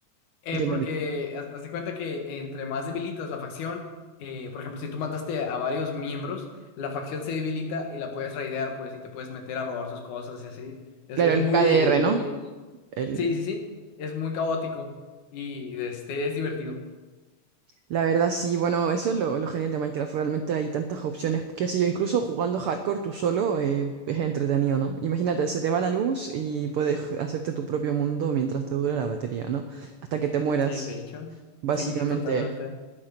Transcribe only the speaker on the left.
eh,
porque
haz, haz de cuenta que entre más debilitas la facción, eh, por ejemplo, si tú mataste a varios miembros, la facción se debilita y la puedes raidear, pues, y te puedes meter a robar sus cosas y así. Es,
es
muy,
muy...
Sí, sí, sí, es muy caótico y este, es divertido.
Sí, de hecho.
Sí, totalmente.